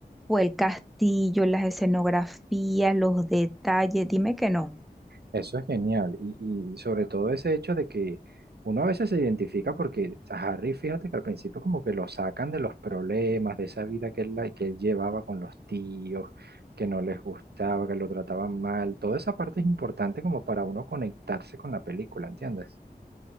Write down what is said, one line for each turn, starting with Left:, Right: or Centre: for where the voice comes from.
Centre: fue el castillo, las escenografías, los detalles, dime que no.
Right: Eso es genial. Y, y sobre todo ese hecho de que uno a veces se identifica porque a Harry, fíjate que al principio como que lo sacan de los problemas, de esa vida que él, la- que él llevaba con los tíos, que no les gustaba, que lo trataban mal. Toda esa parte es importante como para uno conectarse con la película, ¿entiendes?